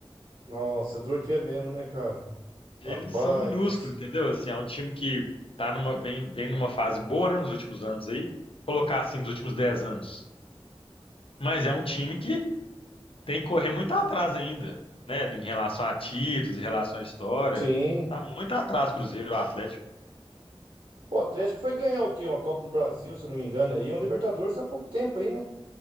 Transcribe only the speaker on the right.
Nossa, é dor que é mesmo, né, cara?
Rapaz
do... c-
Sim.
O Atlético foi ganhar o quê? Uma Copa do Brasil, se eu não me engano, aí, um Libertadores há pouco tempo aí, né?